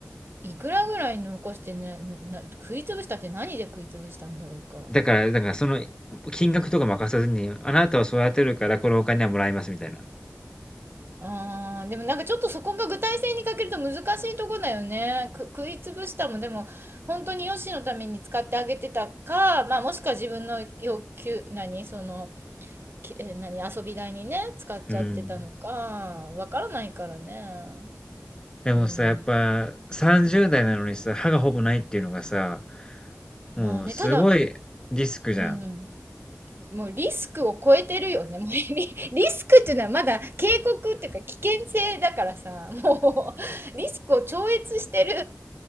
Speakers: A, on the right; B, on the left.
A: いくらぐらい残してね、な、食い潰したって何で食い潰したんだろうか。
B: だから、だからその金額とか任さずに、あなたを育てるからこのお金はもらいますみたいな。
A: あーでもなんかちょっとそこが具体性に欠けると難しいとこだよね。く、食いつぶしたもんでも本当にヨシのために使ってあげてたか、まあもしくは自分の要求、何、その、きえな何、遊び代にね、使っちゃってたのか、
B: うん。
A: わからないからね。
B: でもさ、
A: うん。
B: やっぱ30代なのにさ、歯がほぼないっていうのがさ、もうすごいリスクじゃん。
A: まあね、ただ、うん。もうリスクを超えてるよね。もうリ、<laughs> リスクっていうのはまだ警告っていうか危険性だからさ、もう <laughs> リスクを超越してる